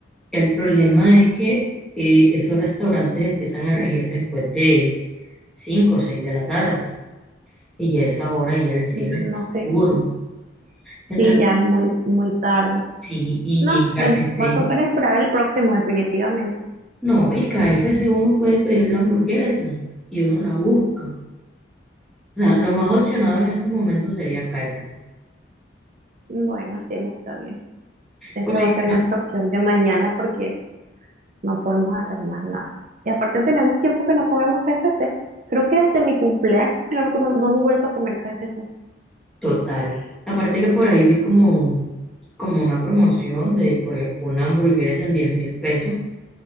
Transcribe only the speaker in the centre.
El problema es que eh, esos restaurantes empiezan a regir después de 5 o 6 de la tarde. Y ya a esa hora ya el cielo
está
oscuro.
Mientras
que
sí, y
en KFC.
No, y KFC uno puede pedir la hamburguesa y uno la busca. O sea, lo más opcionado en estos momentos sería KFC.
Por
ahí,
una-
total. Aparte que por ahí vi como, como una promoción de pues una hamburguesa en diez mil pesos.